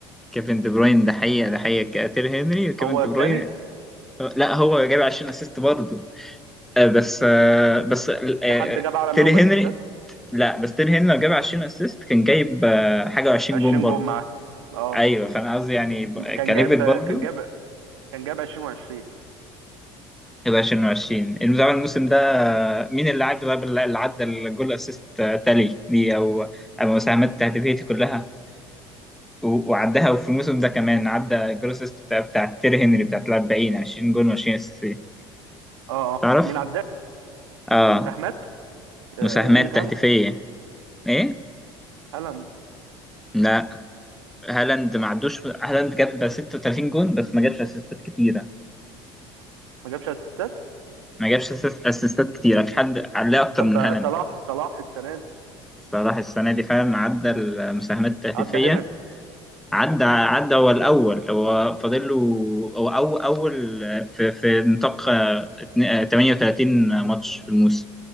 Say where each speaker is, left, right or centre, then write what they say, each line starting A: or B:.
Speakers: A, in the centre; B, on the right.
A: كيفن دي بروين ده حقيقة ده حقيقة تير هنري كيفن
B: هو
A: دي
B: التاني
A: بروين لا هو جاب 20 أسيست برضه آه، بس آه، بس آه،
B: في حد جاب اعلى
A: تير
B: منهم
A: هنري
B: اسيستات
A: لا بس تير هنري لو جاب 20 أسيست كان جايب آه، حاجة و20 جون
B: 20
A: برضه
B: جول معاه اه
A: ايوه فانا قصدي يعني ب-
B: كان
A: كليفت
B: جاب
A: برضه
B: كان جاب كان جاب 20 و20
A: يبقى 2020 المدافع الموسم ده مين اللي عدى طيب اللي عدى الجول اسيست تالي دي او او مساهمات تهديفيتي كلها و- وعدها وفي الموسم ده كمان عدى الجول اسيست بتاع بتاع تيري هنري بتاعت 40 20 جول و20 اسيست فيه
B: اه اه
A: تعرف؟
B: مين عداك
A: اه
B: مساهمات آه،
A: مساهمات
B: ايرلينج
A: تهديفية
B: هالاند
A: ايه؟
B: هالاند
A: لا هالاند ما عدوش هالاند جاب 36 جول بس ما جابش اسيستات كتيرة
B: ما جابش اسيستات
A: ما جابش أسيست- اسيستات كتيرة في حد عليه اكتر
B: طب
A: من هالاند
B: صلاح
A: كمان
B: صلاح السنه دي
A: صلاح السنة دي فعلا عدى المساهمات التهديفية
B: عدى هنري
A: عدى عدى هو الأول هو فاضل له هو أو أول في, في نطاق آه، اتن- آه، 38 ماتش في الموسم